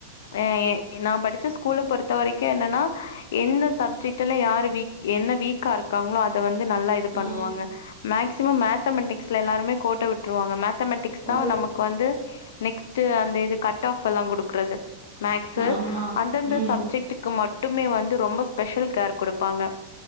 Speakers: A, on the left; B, on the right.
A: எ நான் படிச்ச ஸ்கூல <unintelligible> த்த வரைக்கு என்னன்னா எந்த சப்ஜெக்ட்ல யார் வீக் என்ன வீக்கா இருக்காங்களோ அத வந்து ந்து நல்லா இது பண்ணுவாங்க
B: ம்
A: மேக்சிமம் மேத்தமெட்டிக்ஸ்ல எல்லாருமே கோட்ட விட்டுருவாங்க மேத் மேத்தமெட்டிக்ஸ் தா
B: ஓ
A: நமக்கு வந்து நெக்ஸ்ட்டு அந்த இது கட் ஆப் எல்லா கொடுக்கறது மேக்சு
B: ஆமா
A: அந்தந்த
B: ம்
A: சப்ஜெட்டுக்கு மட் மட்டுமே வந்து ரொம்ப ஸ்பெஷல் கேர் கொடுப்பாங்க